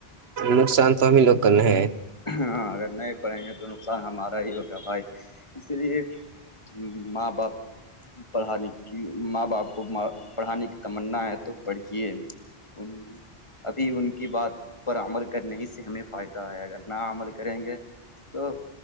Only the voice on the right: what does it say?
نقصان فمیی لوگ کرنا ہے